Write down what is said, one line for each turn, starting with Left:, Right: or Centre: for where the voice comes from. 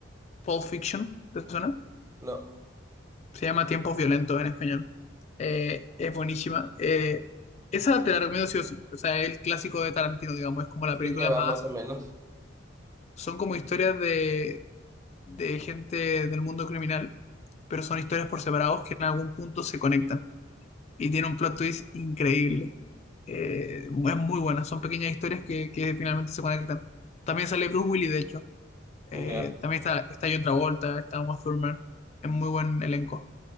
Left: Pulp Fiction, ¿te suena?
Right: No.
Left: Se llama Tiempos Violentos en español. Eh, es buenísima. Eh, esa te la recomiendo sí o sí. O sea, es el clásico de Tarantino, digamos. Es como la
Right: Ya
Left: película
Right: que va
Left: más...
Right: más o menos.
Left: Son como historias de, de gente del mundo criminal, pero son historias por separados que en algún punto se conectan. Y tiene un plot twist increíble. Eh, es muy buena. Son pequeñas historias que, que finalmente se conectan. También sale Bruce Willis, de hecho. Eh,
Right: Ya.
Left: también está, está John Travolta, está Uma Thurman. Es muy buen elenco.